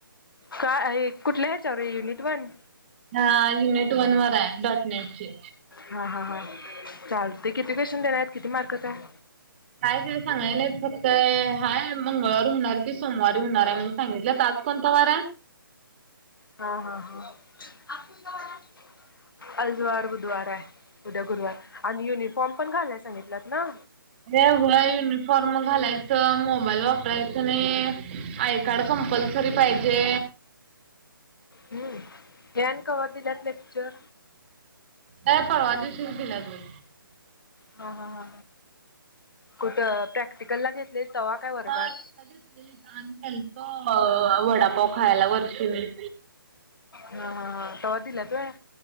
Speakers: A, on the left; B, on the right.
A: काय आहे, कुठल्या हेच्यावर युनिट वन
B: हा युनीट वन वर आहे डॉट नेटची.
A: हा हा हा चालतयं किती क्वेश्चन देणार आहेत, किती मार्कच आहे?
B: <unintelligible> सांगाय नाहीत फक्त हाय मंगळवारी होणार हुती सोमवारी होणार आहे म्हणून सांगितल्यात. आज कोणता वार आहे?
A: हा हा हा आज कोणता वार आहे? आज वार बुधवार आहे, उद्या गुरुवार आणि युनिफॉर्म पण घालाय सांगितल्यात ना?
B: ते होय युनिफॉर्म घालायचं, मोबाईल वापरायचं नाही. आय कार्ड कंपल्सरी पाहिजे.
A: हूं ते आणि कवा दिल्यात लेक्चर?
B: काय परवा दिवशीच दिल्यात म्हणं.
A: हा हा हा कुठं प्रॅक्टिकलला घेतलेली तवा. काय वर्गात
B: हा आम्ही गेलतो वडापाव खायला वर्षी मी.
A: हा हा तवा दिल्यात व्हयं.